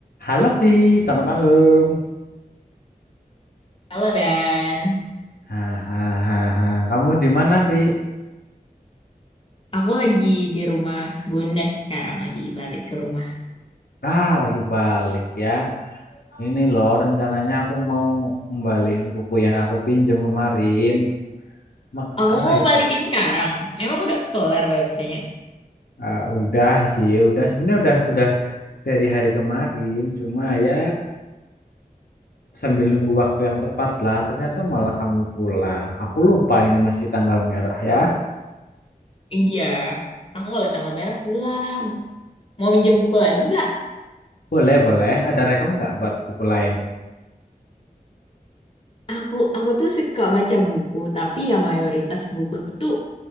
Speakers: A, on the left (about 85°); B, on the left (about 40°).
A: Halo Vi, selamat malam.
B: Halo Dan,
A: Hahaha, kamu di mana Vi?
B: aku lagi di rumah Bunda sekarang, lagi balik ke rumah.
A: Ah, lagi balik ya. Ini loh rencananya aku mau ngembaliin buku yang aku pinjam kemarin. Mak sekarang
B: Aku mau
A: lagi
B: balikin sekarang, emang udah kelar bacanya?
A: ah, udah sih, udah sebenarnya udah udah dari hari kemarin. Cuma ya sambil nunggu waktu yang tepat lah. Ternyata malah kamu pulang. Aku lupa ini masih tanggal merah ya.
B: Iya, aku kalau tanggal merah pulang. Mau minjem buku lagi nggak?
A: Boleh boleh. Ada rekom nggak buat buku lain?
B: Aku aku tuh suka baca buku, tapi ya mayoritas buku tuh